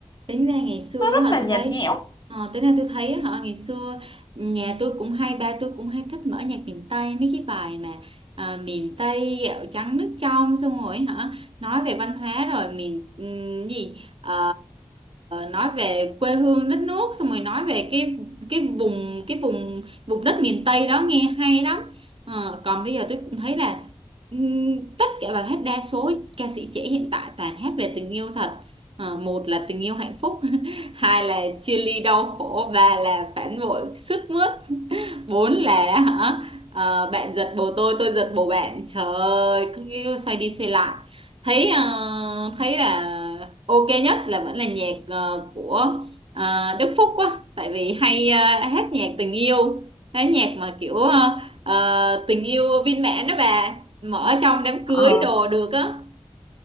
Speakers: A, on the right (about 60°); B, on the left (about 45°).
A: tính ra ngày xưa
B: nó rất
A: á,
B: là
A: tôi
B: nhạt
A: thấy
B: nhẽo
A: ờ, tính ra tôi thấy á, họ ngày xưa nhà tôi cũng hay ba tôi cũng hay thích mở nhạc miền Tây mấy cái bài mà ờ, miền Tây gạo trắng nước trong xong rồi hả nói về văn hóa rồi miền ừm, gì Ờ, nói về quê hương đất nước xong rồi nói về cái cái vùng cái vùng vùng đất miền Tây đó nghe hay lắm Ờ, còn bây giờ tôi cũng thấy là ừm, tất cả bài hát đa số ca sĩ trẻ hiện tại toàn hát về tình yêu thật Ờ, một là tình yêu hạnh phúc <laughs> hai là chia ly đau khổ ba là phản bội sướt mướt bốn là hả ờ, bạn giật bồ tôi tôi giật bồ bạn trời ơi cứ cứ xoay đi xoay lại thấy ờ, thấy là ok nhất là vẫn là nhạc ờ, của ờ, Đức Phúc quá tại vì hay ờ, hát nhạc tình yêu cái nhạc mà kiểu ờ, ờ, tình yêu viên mãn đó bà mở trong đám
B: Ờ,
A: cưới đồ được á